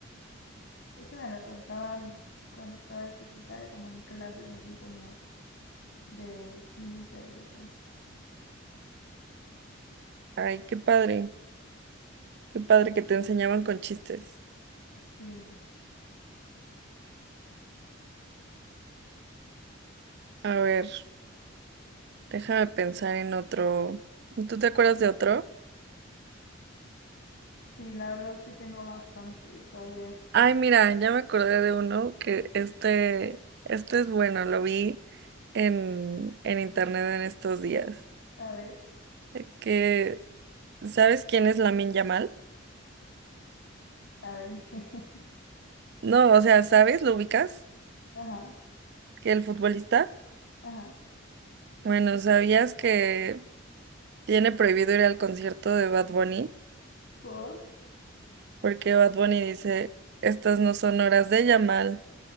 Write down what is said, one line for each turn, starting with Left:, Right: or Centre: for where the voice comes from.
Left: Eso me lo contaban cuando estaba chiquita, como en clases así como de química y eso.
Right: Ay, qué padre, qué padre que te enseñaban con chistes.
Left: Sí,
Right: A ver, déjame pensar en otro. ¿Tú te acuerdas de otro?
Left: sí, la verdad sí tengo bastantes. A ver,
Right: Ay, mira, ya me acordé de uno que este, este es bueno, lo vi en, en internet en estos días.
Left: a ver,
Right: eh, Que, ¿sabes quién es Lamin Yamal?
Left: a ver <laughs> quién.
Right: No, o sea, ¿sabes? ¿Lo ubicas?
Left: Ajá,
Right: ¿Que el futbolista?
Left: ajá.
Right: Bueno, ¿sabías que tiene prohibido ir al concierto de Bad Bunny?
Left: Por.
Right: Porque Bad Bunny dice, estas no son horas de Yamal.